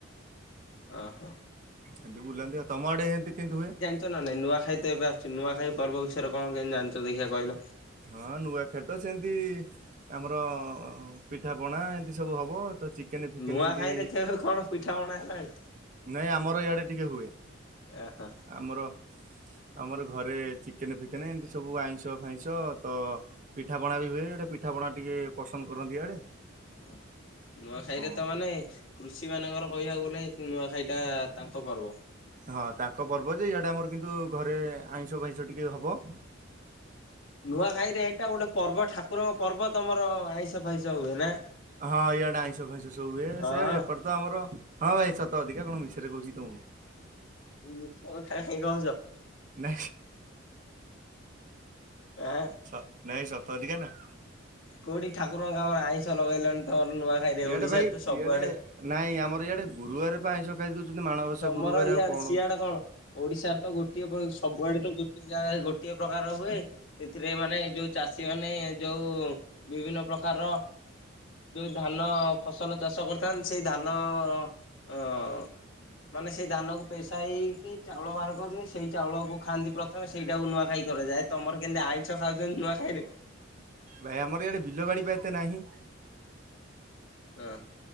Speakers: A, on the left (about 75°); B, on the right (about 40°).
A: ଓହୋ।
B: ଏମତି ବୁଲାନ୍ତି, ଆଉ ତୋମ ଆଡେ ଏମତି କେମତି ହୁଏ?
A: ଚନା ନାଇଁ ନୂଆଖାଇ ତ ଏବେ ଆସୁୂଛି, ନୂଆଖାଇ ପର୍ବ ବିଷୟରେ କଣ କେମିତି ଜାଣିଚ ଦେଖିଆ କହିଲ?
B: ହଁ ନୂଆଖାଇ ତ ସେମିତି ଆମର ପିଠା ପଣା ଏମତି ସବୁ ହବ। ତ ଚି କେନେ ଫିକେନ
A: ନୂଆଖାଇରେ
B: ଏମତି,
A: କେବେ କଣ ପିଠାପଣା ହେଲାଣି
B: ନାଇଁ ଆମର ଇଆଡେ ଟିକେ ହୁଏ।
A: ଓ ହୋ।
B: ଆମର ଆମର ଘରେ ଚିକେନ ଫିକେନ ଏମିତି ସବୁ ଆଇଁଷ ଫାଇଁ ଷ ତ ପିଠା ପଣା ବି ହୁଏ ଆଡେ ପିଠା ପଣା ଟିକେ ପସନ୍ଦ କରନ୍ତି ଇଆଡେ।
A: ଓ ନୂଆଖାଇ
B: ହଁ
A: ରେ ତ ମାନେ କୃଷି ମାନଙ୍କର କହିବାକୁ ଗଲେ ନୂଆ ଖାଇ ଟା-ଆ ତାଙ୍କ ପର୍ବ।
B: ହଁ ତାଙ୍କ ପର୍ବ ଯେ ଇଆଟା ଆମର କିନ୍ତୁ ଘରେ ଆଇଁଷ ଫାଇଁଷ ଟିକେ ହବ।
A: ନୂଆଖାଇରେ ଏଇଟା ଗୋଟେ ପର୍ବ ଠାକୁରଙ୍କ ପର୍ବ ତମର ଆଇଁଷ ଫାଇସ ହୁଏ ନା?
B: ହଁ ଇଆଡେ ଆଇଁଷ ଫଇଁଷ ସବୁ ହୁଏ।
A: ହଁ
B: ସେ ଏପଟେ ତ ଆମର ହଁ ଭାଇ ସତ ସତିକା କଣ ମିଛରେ କହୁଛି କି ତମକୁ।
A: ମିଛ କଥା କାଇଁ କହୁଛ।
B: ନା।
A: ଏ।
B: ସତ୍ ନାଇଁ ସତ ସତିକା ନା।
A: କୋଉଠି ଠାକୁର ଙ୍କ କାମରେ ଆଇଁଷ ଲଗେଇଲଣି। ତମର ନୂଆଖାଇରେ
B: ଇଆଡେ
A: ଓଡିଶାରେ
B: ଭାଇ
A: ତ ସବୁଆଡେ
B: ଇଆଡେ ନାଇଁ ଆମର ଇଆଡେ ଗୁରୁବାରେ ପା ଆଇଁଷ ଖାଇ ଦଉଛନ୍ତି ମାଣବସା
A: ତମର
B: ଗୁରୁବାରେ
A: ଇଆଡେ
B: ଆଉ କଣ।
A: ସିଆଡେ ଓଡିଶାରେ ତ ଗୋଟିଏ ପ ସବୁଆଡେ ତ ଗୋଟିଏ ଜାଗାରେ ଗୋଟିଏ ପ୍ରକାର ର ହୁଏ। ସେଥିରେ ମାନେ ଯୋଉ ଚାଷୀ ମାନେ ଯୋଉ ବିଭିନ୍ନ ପ୍ରକାରର ଯୋଉ ଧାନ ଫସଲ ଚାଷ କରିଥାନ୍ତି ସେଇ ଧାନ-ଅ-ଅ-ଅ-ଅ ଅ-ଅ ମାନେ ସେଇ ଧାନ କୁ ପେସା ହେଇ ହେଇକି ଚାଉଳ ବାହାର କରନ୍ତି ସେଇ ଚାଉଳକୁ ଖାଆନ୍ତି ପ୍ରଥମେ ସେଇଟାକୁ ନୂଆଖାଇ କରାଯାଏ। ତମର କେମିତି ଆଇଁଷ ଖାଉଛନ୍ତି ନୂଆ ଖାଇରେ?
B: ଭାଇ ଆମର ଏଇଆଡେ ବିଲ ବାଡି ବା ଏତେ ନାହିଁ।
A: ହଁ